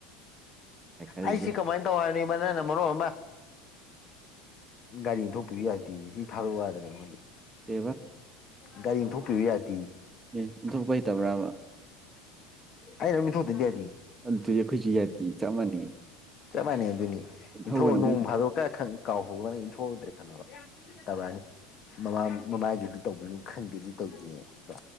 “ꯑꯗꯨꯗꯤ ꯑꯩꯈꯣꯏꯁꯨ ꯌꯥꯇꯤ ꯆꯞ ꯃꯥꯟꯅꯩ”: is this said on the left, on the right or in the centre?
Right